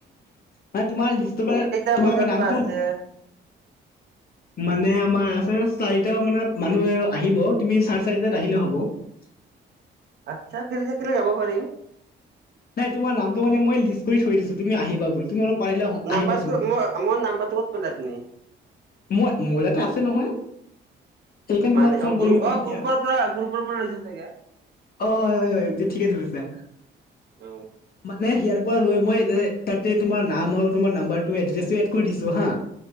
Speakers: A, on the left; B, on the right.
A: মানে তোমাৰ লিষ্টো মানে
B: টা
A: তোমাক
B: বজাত
A: আমি নামটো
B: বা আছে।
A: <inaudible> মানে আমাৰ আছে চাৰিটা মানত মানুহ আহিব তুমি চাৰে চাৰিটাত আহিলেও হ'ব। <unintelligible>
B: আচ্ছা ফ্ৰী থাকিলে যাব পাৰিম।
A: নাই তোমাৰ নামটো মানে মই লিষ্ট কৰি থৈ দিছো তুমি আহিবা বুলি। তুমি অলপ- পাৰিলে আহিবাচোন
B: নাম্বাৰটো ম মোৰ নাম্বাৰটো ক'ত পালে আপুনি?
A: মই মোৰ ইয়াতে আছে নহয়। সেইকাৰণে তোমাক
B: মানে
A: ফোন
B: অ
A: কৰিলো
B: গ্ৰুপ
A: মই
B: অ
A: এতিয়া
B: গ্ৰুপৰ পৰা গ্ৰুপৰ পৰা লৈছে চাগে।
A: অ হয় হয় হয় এইটো ঠিকে ধৰিছা।
B: অ
A: মানে ইয়াৰ পৰা লৈ মই তাতে তোমাৰ নাম আৰু তোমাৰ নাম্বাৰটো এড কৰি দিছো হা।